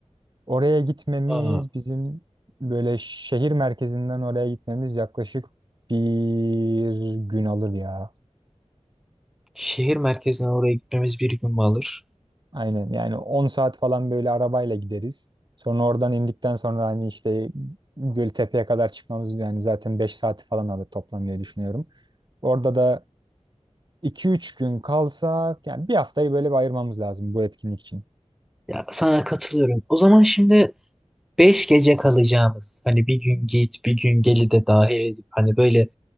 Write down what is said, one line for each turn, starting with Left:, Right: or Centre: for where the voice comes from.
Right: Oraya gitmemiz
Centre: Aa,
Right: bizim böyle şehir merkezinden oraya gitmemiz yaklaşık bir gün alır ya.
Centre: şehir merkezine oraya gitmemiz bir gün mü alır?
Right: Aynen yani 10 saat falan böyle arabayla gideriz. Sonra oradan indikten sonra hani işte Göltepe'ye kadar çıkmamız yani zaten 5 saati falan alır toplam diye düşünüyorum. Orada da 2 üç gün kalsak yani bir haftayı böyle bir ayırmamız lazım bu etkinlik için.
Centre: Ya sana katılıyorum. O zaman şimdi beş gece kalacağımız hani bir gün git bir gün geli de dahil edip hani böyle